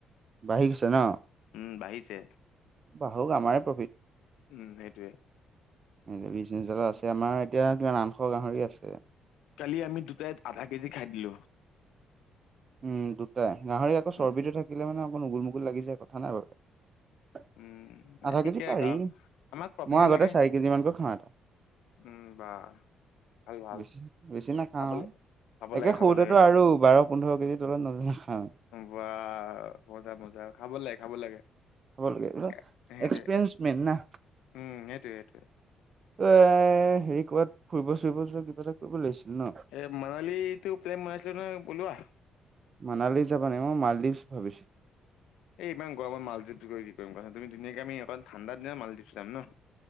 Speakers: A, on the right (about 45°); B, on the left (about 85°).
A: বাঢ়ি গৈছে নহ
B: উম বাঢ়িছে।
A: বাঢ়োক আমাৰে প্ৰফিট
B: উম সেইটোৱে
A: <unintelligible> আছে আমাৰ এতিয়া কিমান আঠশ গাহৰি আছে।
B: কালি আমি দুটাই আধা কেজি খাই দিলো
A: উম দুটাই গাহৰি আকৌ চৰ্বিটো
B: উম
A: থাকিলে মানে অকন ওগুল মুগুল লাগি যায় কথা নাই বাৰু
B: উম নাই
A: আধা
B: ঠিকে
A: কেজি পাৰি
B: কা আমাক প্ৰফিটে
A: মই আগতে
B: লাগে
A: চাৰি কেজি মানকৈ খাওঁ এটা।
B: উম বা ভাল ভাল।
A: বেছি বেছি নাখাওঁ
B: খাব লাগে খাব
A: একে
B: লাগে খাব
A: সৰুতেটো
B: লাগে
A: আৰু বাৰ, পোন্ধৰ কেজিৰ তলত নাখাও
B: বা মজা মজা খাব লাগে খাব লাগে।
A: খাব লাগে
B: এ- সেইটোৱে
A: এক্সপ্ৰিৰেন্ঞ্চ মেন না
B: উম সেইটোৱে সেইটোৱে
A: এ হেৰি কৰ'বাত ফুৰিব ফুৰিব যোৱা কিবা এটা কৰিব লাগিছিল ন
B: এই মানালীতো প্লেন বনাইছিলোঁ নহয় উলোৱা।
A: মানালী যাবা নে মই মালদ্বীপ ভাবিছিলোঁ।
B: এই ইমান গৰমত মালদীপছ গৈ কি কৰিম কোৱাচোন তুমি ধুনীয়াকে আমি অকণ ঠাণ্ডা দিনত মালদ্বীপ যাম ন।